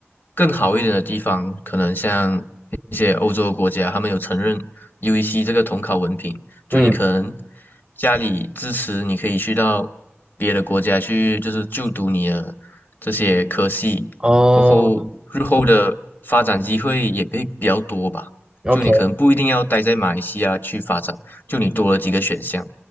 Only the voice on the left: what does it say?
更好一点的地方，可能像一些欧洲国家，他们有承认 UEC 这个统考文凭，就你可能
家里支持，你可以去到别的国家去，就是就读你的这些科系，
过后日后的发展机会也会比较多吧。
就你可能不一定要待在马来西亚去发展，就你多了几个选项，